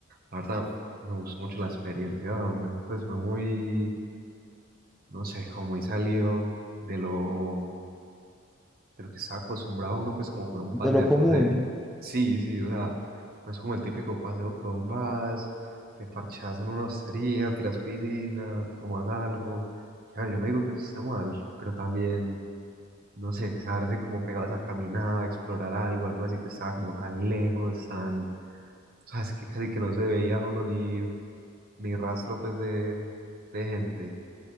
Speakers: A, on the right; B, in the centre.
A: la verdad, me gustó mucho la experiencia, hombre, pues fue muy, no sé, como muy salido de lo de lo que estaba acostumbrado uno, pues como con un
B: De
A: paseo,
B: lo común.
A: no sé. Sí, sí, o sea, no es como el típico paseo que vos vas, te parchás en una hostería, tiras piscina, tomas algo. Ya, yo no digo que eso esté mal, pero también, no sé, saberse como pegados a caminar, a explorar algo, algo así que estaba como tan lejos, tan, sabes que casi que no se veía uno ni, ni rastro, pues, de, de gente.